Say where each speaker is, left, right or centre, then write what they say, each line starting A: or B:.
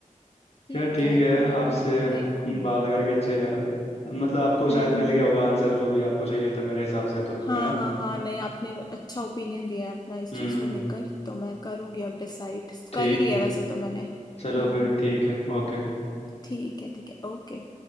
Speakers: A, on the left; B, on the left.
A: क्या
B: ठीक
A: ठीक
B: है
A: है
B: कोई
A: आपसे
B: नहीं देखूंगी
A: बात करके अच्छा ही लगा मतलब आपको शायद
B: हम्म
A: मिल गया होगा आंसर जो भी आपको चाहिए था मेरे हिसाब से तो
B: हाँ
A: है ना
B: हाँ हाँ नहीं आपने अच्छा ओपिनियन दिया है अपना इस
A: हम्म
B: चीज को लेकर तो मैं करूंगी अब डिसाइड
A: ठीक
B: कर ही लिया वैसे तो मैंने
A: चलो
B: हम्म
A: फिर ठीक है ओके
B: ठीक है ठीक है ओके